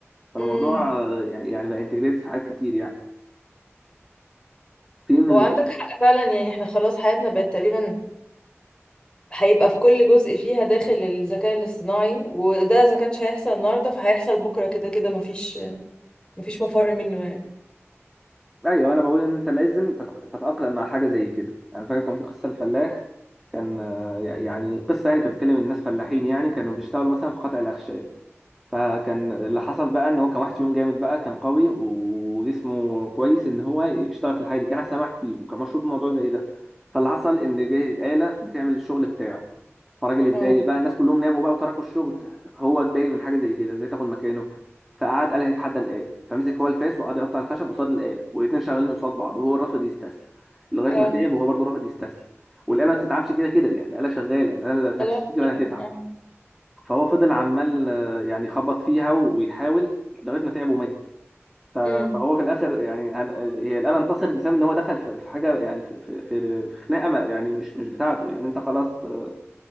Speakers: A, in the centre; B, on the left.
A: فالموضوع
B: امم
A: آه، يعني يعني بقى انتجريت في حاجات كتير يعني في من
B: هو عندك حق فعلا يعني احنا خلاص حياتنا بقت تقريبا هيبقى في كل جزء فيها داخل الذكاء الاصطناعي وده إذا كانش هيحصل النهاردة فهيحصل بكرة كده كده مفيش مفيش مفر منه يعني
A: ايوه انا بقول ان انت لازم تتق- تتاقلم مع حاجه زي كده يعني فاكر كان في قصه الفلاح كان آه، يعني قصه يعني كانت بتتكلم إن الناس فلاحين يعني كانوا بيشتغلوا مثلا في قطع الاخشاب فكان اللي حصل بقى ان هو كان واحد فيهم جامد بقى كان قوي وجسمه كويس ان هو يشتغل في الحاجه دي كان احسن واحد فيهم وكان مشهور بموضوع زي ده فاللي حصل ان جه آلة بتعمل الشغل بتاعه فالراجل اتضايق
B: اه
A: بقى الناس كلهم ناموا بقى وتركوا الشغل هو اتضايق من حاجه زي كده ازاي تاخد مكانه فقعد قال هيتحدى الآلة فمسك هو الفاس وقعد يقطع الخشب قصاد الآلة والاتنين شغالين قصاد بعض وهو رافض يستسلم لغايه
B: اه
A: ما تعب وهو برضه رافض يستسلم والآلة ما بتتعبش كده كده يعني الآلة شغاله الآلة لا
B: خلاص
A: هتشتكي
B: طبعا
A: ولا هتتعب
B: اه
A: فهو فضل عمال آه، يعني يخبط فيها ويحاول لغايه ما تعب ومات ف- فهو
B: امم
A: في الاخر يعني هن- هي الاله انتصرت بسبب ان هو دخل في في حاجه يعني في في في في خناقه ما- يعني مش مش بتاعته يعني انت خلاص آه،